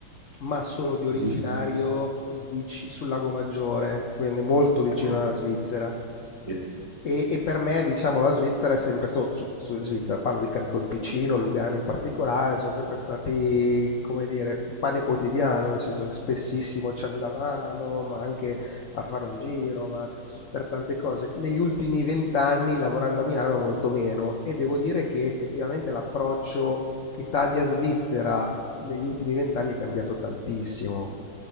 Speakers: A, on the left (about 75°); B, on the right (about 45°).
A: ma sono di originario
B: Mhm.
A: vici sul Lago Maggiore, quindi molto vicino
B: Ecco.
A: alla Svizzera.
B: Sì.
A: E, e per me, diciamo, la Svizzera è sempre so- su- su- Svizzera, parlo di Canton Ticino, Lugano in particolare, sono sempre stati, come dire, pane quotidiano, nel senso che spessissimo ci andavamo, ma anche a fare un giro, ma per tante cose. Negli ultimi vent'anni, lavorando a Milano, molto meno, e devo dire che effettivamente l'approccio Italia-Svizzera negli ultimi vent'anni è cambiato tantissimo,